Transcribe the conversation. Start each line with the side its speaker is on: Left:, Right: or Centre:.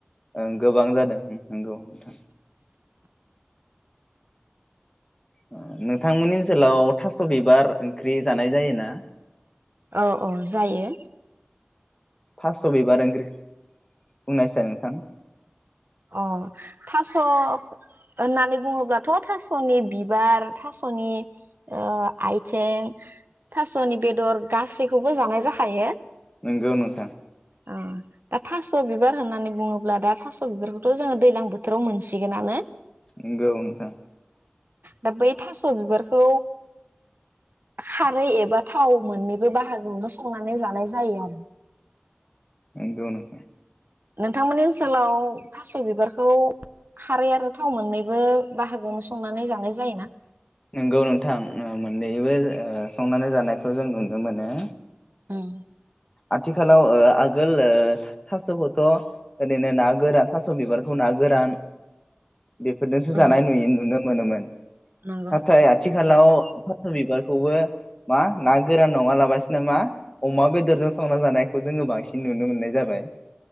Left: ओं गोबां जादों नोंगौ नोंथां। ओ नोंथांमोननि ओनसोलाव थास' बिबार ओंख्रि जानाय जायोना?
Right: औ औ जायो।
Left: थास' बिबार ओंख्रि बुंनायसाय नोंथां।
Right: अ थास' होननानै बुङोब्लाथ' थास'नि बिबार थास'नि ओ आइथें थास'नि बेदर गासैखौबो जानाय जाखायो।
Left: नोंगौ नोंथां।
Right: आ दा थास' बिबार होननानै बुङोब्ला दा थास' थास बिबारखौथ' जोङो दैज्लां बोथोराव मोनसिगोनानो।
Left: नोंगौ नोंथां।
Right: दा बै थास' बिबारखौ खारै एबा थाव मोननैबो बाहागोआवनो संनानै जानाय जायो आरो
Left: नोंगौ नोंथां
Right: नोंथांमोननि ओनसोलाव थास' बिबारखौ खारै आरो थाव मोननैबो बाहागोआवनो संनानै जानाय जायोना?
Left: नोंगौ नोंथां ओ मोननैबो ओ संनानै जानायखौ जों नुनो मोनो।
Right: ओं
Left: आथिखालाव ओ आगोल ओ थास'खौथ' ओरैनो ना गोरान थास' बिबारखौ ना गोरान बेफोरदोंसो
Right: औ
Left: जानाय नुयो नुनो मोनोमोन।
Right: नंगौ
Left: नाथाय आथिखालाव थास' बिबारखौबो मा ना गोरान नङा लाबासिनो मा अमा बेदरजों स संना जानायखौ जोङो बांसिन नुनो मोननाय जाबाय।